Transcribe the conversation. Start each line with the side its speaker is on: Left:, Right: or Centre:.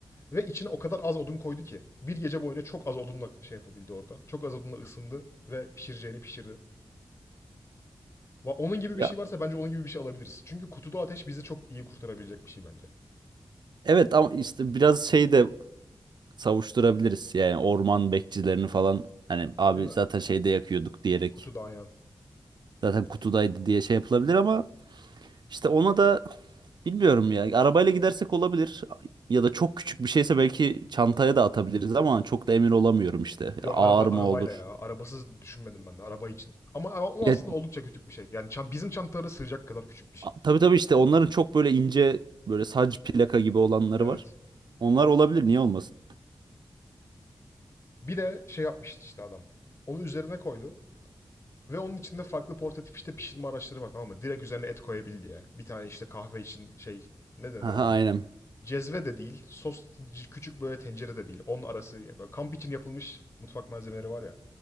Left: Ve içine o kadar az odun koydu ki bir gece boyunca çok az odunla şey yapabildi orada. Çok az odunla ısındı ve pişireceğini pişirdi. Va- Onun gibi
Right: Ya
Left: bir şey varsa bence onun gibi bir şey alabiliriz. Çünkü kutuda ateş bizi çok iyi kurtarabilecek bir şey bence.
Right: evet ama işte biraz şey de savuşturabiliriz. Yani orman bekçilerini falan hani abi
Left: Değil mi?
Right: zaten şeyde yakıyorduk diyerek
Left: Kutuda aynen.
Right: zaten kutudaydı diye şey yapılabilir ama İşte ona da bilmiyorum ya. Arabayla gidersek olabilir. Ya da çok küçük bir şeyse belki çantaya da atabiliriz ama çok da emin olamıyorum işte.
Left: Yo
Right: Ağır
Left: araba
Right: mı
Left: arabayla
Right: olur?
Left: ya. Arabasız düşünmedim ben de araba için. Ama o
Right: Ya
Left: aslında oldukça küçük bir şey. Yani çan- bizim çantalara sığacak kadar küçük bir şey.
Right: a- tabii tabii işte onların çok böyle ince böyle sac plaka gibi olanları
Left: Evet.
Right: var. Onlar olabilir niye olmasın?
Left: Bir de şey yapmıştı işte adam. Onu üzerine koydu. Ve onun içinde farklı portatif işte pişirme araçları var tamam mı? Direkt üzerine et koyabil diye. Bir tane işte kahve için şey ne denir
Right: Aha,
Left: ona ya?
Right: aynen.
Left: Cezve de değil. Sos küçük böyle tencere de değil. Onun arası böyle kamp için yapılmış mutfak malzemeleri var ya.